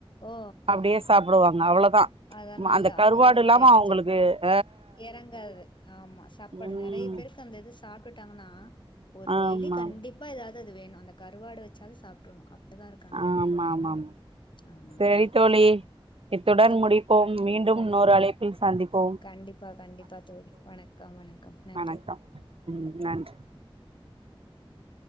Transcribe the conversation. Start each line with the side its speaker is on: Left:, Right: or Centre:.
Left: ஓ
Right: அப்டியே சாப்டுவாங்க அவ்ளதா
Left: அதா நல்லா
Right: அந்த கருவாடுல்லாம
Left: அது ஒரு டேஸ்ட்டு
Right: அவுங்களுக்கு
Left: எறங்காது ஆமா சாப்பாடு
Right: ம்
Left: நெறய பேருக்கு அந்த இது சாப்ட்டுட்டாங்கனா ஒரு டெய்லி
Right: ஆமா
Left: கண்டிப்பா எதாவது அது வேணு அந்த கருவாடு வெச்சாவது சாப்ட்டரணு அப்டிதா இருக்காங்க
Right: ஆமா
Left: நெறய பேரு
Right: ஆமா ஆமா
Left: ஆமா
Right: சரி
Left: கண்டிப்பா
Right: தோழி இத்துடன்
Left: சொல்லு
Right: முடிப்போம் மீண்டும்
Left: க
Right: இன்னொரு அழைப்பில் சந்திப்போம்
Left: கண்டிப்பா கண்டிப்பா தோழி வணக்கம் வணக்கம் நன்றி
Right: வணக்கம் ம் நன்றி
Left: <unintelligible>